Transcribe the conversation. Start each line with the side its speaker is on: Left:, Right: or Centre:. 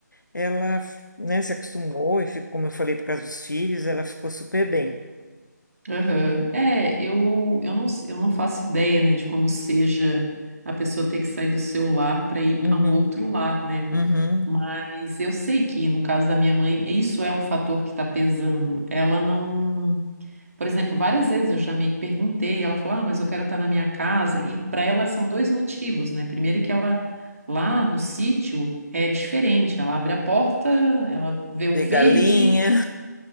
Left: ela, né, se acostumou e ficou, como eu falei, por causa dos filhos, ela ficou super bem.
Right: Aham. É, eu, eu não, s- eu não faço ideia, né, de como seja a pessoa ter que sair do seu lar para ir
Left: Uhum,
Right: a um outro lar, né?
Left: uhum.
Right: Mas eu sei que no caso da minha mãe, isso é um fator que está pesando. Ela não. Por exemplo, várias vezes eu já meio que perguntei, ela falou: Ah, mas eu quero estar na minha casa. E para ela são dois motivos, né? Primeiro, que ela lá no sítio é diferente, ela abre a porta, ela vê o
Left: Ver
Right: verde.
Left: galinha,